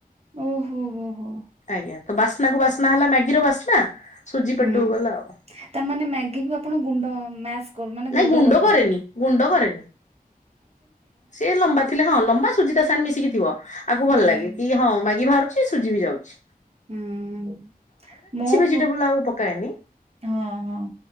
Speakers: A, on the right; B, on the left.
A: ଓହୋ ହୋ ହୋ।
B: ଆଜ୍ଞା ତ ବାସ୍ନା କୁ ବାସ୍ନା ହେଲା ମ୍ୟାଗିର ବାସ୍ନା ସୁଜି
A: ହୁଁ
B: ପେଟକୁ ଗଲା ଆଉ।
A: ତାମାନେ ମ୍ୟାଗି କୁ ଆପଣ ଗୁଣ୍ଡ ମ୍ୟାସ୍ କରୁ ମାନେ
B: ନାଇଁ ଗୁଣ୍ଡ
A: କରିଦଉଥିବେ
B: କରେନି। ଗୁଣ୍ଡ କରେନି ସିଏ ଲମ୍ବା ଥିଲେ ହଁ ଲମ୍ବା ସୁଜି ତା ସାଙ୍ଗେରେ ମିଶିକି ଥିବ। ଆକୁ
A: ହୁଁ
B: ଭଲ ଲାଗେ କି ହଁ ମାଗି ବାହାରୁଚି ସୁଜି ବି ଯାଉଚି।
A: ହୁଁ ଉୁଁ। ମୁଁ
B: ଭେଜିଟେବୁଲ
A: ପୁ
B: ଆଉ ପକାଏନି
A: ହଁ ହଁ